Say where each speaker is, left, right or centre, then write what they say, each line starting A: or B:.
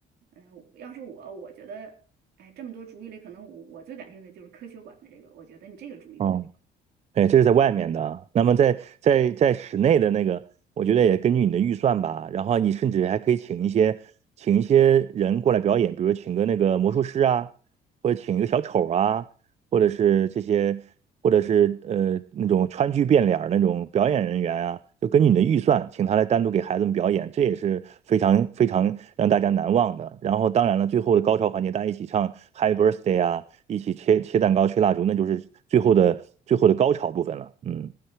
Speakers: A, on the right; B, on the right.
A: 哎、要是我，我觉得，哎，这么多主意里，可能我我最感兴趣的就是科学馆的这个，我觉得你这个主意特别好。
B: 嗯哎，这是在外面的啊。那么在在在室内的那个，我觉得也根据你的预算吧。然后你甚至还可以请一些请一些人过来表演，比如请个那个魔术师啊，或者请一个小丑啊，或者是这些，或者是呃那种川剧变脸儿那种表演人员啊，就根据你的预算，请他来单独给孩子们表演，这也是非常非常让大家难忘的。然后当然了，最后的高潮环节，大家一起唱 Happy Birthday 啊，一起切切蛋糕、吹蜡烛，那就是最后的最后的高潮部分了。嗯，